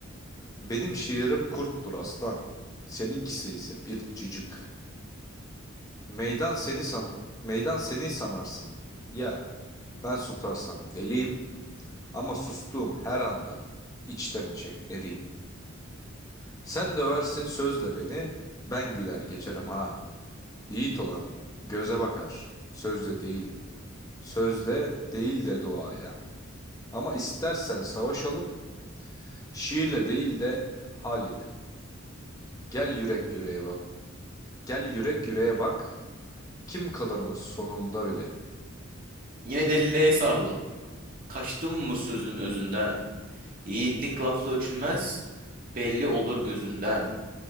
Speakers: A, on the left; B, on the right.
A: Benim şiirim kurttur aslan, seninkisi ise bir cicik. Meydan seni san, meydan seni sanarsın. Ya, ben susarsam deliyim ama sustuğum her anda içten içe eriyim. Sen döversin sözle beni, ben güler geçerim ha. Yiğit olan göze bakar, sözle değil, sözle değil de duaya. Ama istersen savaşalım, şiirle değil de hal ile. Gel yürek yüreğe bak, gel yürek yüreğe bak, kim kalırmış sonunda öyle.
B: Yine deliliğe sardın. Kaçtın mı sözün özünden? Yiğitlik lafla ölçülmez, belli olur gözünden.